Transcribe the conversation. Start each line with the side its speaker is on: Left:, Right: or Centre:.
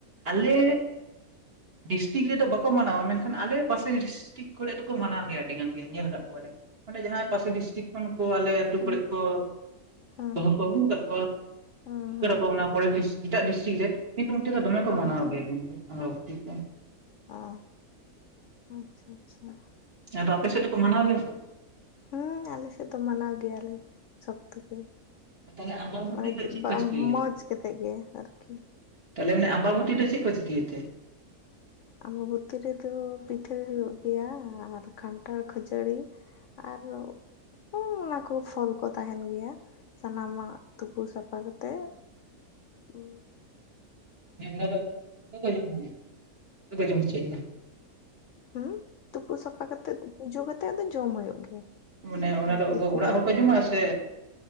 Right: ᱟᱞᱮ ᱰᱤᱥᱴᱤᱠ ᱨᱮᱫᱚ ᱵᱟᱵᱚ ᱢᱟᱱᱟᱣ ᱜᱮᱭᱟ ᱢᱮᱱᱠᱷᱟᱱ ᱟᱞᱮ ᱯᱟᱥᱮ ᱰᱤᱥᱴᱤᱠ ᱠᱚᱨᱮ ᱫᱚᱠᱚ ᱢᱟᱱᱟᱣ ᱜᱮᱭᱟ ᱟᱹᱰᱤ ᱜᱟᱱ ᱜᱮ ᱧᱮᱞ ᱠᱟᱜ ᱠᱚᱣᱟ ᱞᱮ ᱚᱸᱰᱮ ᱡᱟᱦᱟᱸ ᱯᱟᱥᱮ ᱰᱤᱥᱴᱤᱠ ᱠᱷᱚᱱ ᱠᱚ ᱟᱞᱮ ᱟᱹᱛᱩ
Left: ᱦᱮᱸ
Right: ᱠᱚᱨᱮ ᱠᱚ
Left: ᱦᱮᱸ
Right: ᱵᱟᱦᱩ ᱠᱚ ᱟᱹᱜᱩ ᱟᱠᱟᱫ
Left: ᱦᱮᱸ ᱦᱮᱸ
Right: ᱠᱚᱣᱟ <inaudible> ᱯᱚᱨᱮ ᱮᱴᱟᱜ ᱰᱤᱥᱴᱤᱠ ᱨᱮ ᱠᱤᱱᱛᱩ ᱚᱲᱛᱮᱫᱚ ᱫᱚᱢᱮ ᱠᱚ
Left: ᱦᱮᱸ
Right: ᱢᱟᱱᱟᱣ ᱜᱮᱭᱟ ᱠᱚ ᱟᱢᱵᱚᱛᱤ ᱠᱚ <inaudible>
Left: ᱚ ᱟᱪᱪᱷᱟ ᱟᱪᱪᱷᱟ
Right: ᱟᱫᱚ ᱟᱯᱮ ᱥᱮᱫ ᱫᱚᱠᱚ ᱢᱟᱱᱟᱣ ᱜᱮᱭᱟ ᱥᱮ
Left: ᱦᱮᱸ ᱟᱞᱮ ᱥᱮᱫ ᱫᱚ ᱢᱟᱱᱟᱣ ᱜᱮᱭᱟᱞᱮ ᱥᱚᱠᱛᱚ ᱜᱮ
Right: ᱵᱟᱝ ᱛᱟᱦᱚᱞᱮ ᱟᱢᱵᱟᱵᱚᱛᱤ
Left: ᱢᱟᱱᱮ
Right: ᱫᱚ
Left: ᱪᱮᱫ ᱵᱟᱝ
Right: ᱠᱚ ᱪᱤᱠᱟᱹᱭ ᱜᱮᱛᱮ
Left: ᱢᱚᱡᱽ ᱠᱟᱛᱮ ᱜᱮ ᱟᱨᱠᱤ
Right: ᱛᱟᱦᱚᱞᱮ ᱢᱟᱱᱮ ᱟᱢᱵᱟᱵᱩᱛᱤ ᱫᱚ ᱪᱮᱫ ᱠᱚ ᱪᱤᱠᱟᱹᱭᱛᱮ
Left: ᱟᱢᱵᱟ ᱵᱷᱩᱛᱤ ᱨᱮᱫᱚ ᱯᱤᱴᱷᱟᱹ ᱦᱩᱭᱩᱜ ᱜᱮᱭᱟ ᱟᱨ ᱠᱟᱱᱴᱷᱟᱲ ᱠᱷᱟᱹᱡᱟᱹᱲᱤ ᱟᱨ ᱚᱱᱟ ᱠᱚ ᱯᱷᱚᱞ ᱠᱚ ᱛᱟᱦᱮᱱ ᱜᱮᱭᱟ ᱥᱟᱱᱟᱢᱟᱜ ᱛᱩᱯᱩ ᱥᱟᱯᱷᱟ ᱠᱟᱛᱮᱜ ᱦᱸ <unintelligible>
Right: ᱦᱮᱸ ᱫᱚ ᱚᱠᱚ ᱠᱚ ᱡᱚᱢ ᱚᱠᱚ ᱠᱚ ᱡᱚᱢ ᱦᱚᱪᱚ ᱢᱮᱭᱟ
Left: ᱦᱮᱸ ᱛᱩᱯᱩ ᱥᱟᱯᱷᱟ ᱠᱟᱛᱮᱜ ᱛᱩᱯᱩ ᱡᱚ ᱠᱟᱛᱮᱜ ᱟᱫᱚ ᱡᱚᱢ ᱦᱩᱭᱩᱜ ᱜᱮᱭᱟ
Right: ᱢᱟᱱᱮ ᱚᱱᱟᱫᱚ
Left: ᱟᱨ ᱯᱤᱴᱷᱟᱹ
Right: ᱚᱲᱟᱜ ᱦᱚᱲ ᱠᱚ ᱡᱚᱢᱟᱼᱟ ᱥᱮ